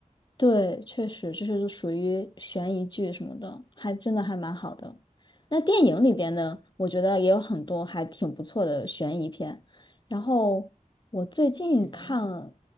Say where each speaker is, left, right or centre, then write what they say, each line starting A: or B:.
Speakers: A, on the left (about 35°); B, on the left (about 55°).
A: 对，确实，这是属于悬疑剧什么的，还真的还蛮好的。那电影里边呢，我觉得也有很多还挺不错的悬疑片。然后我最近看了
B: 比方呢，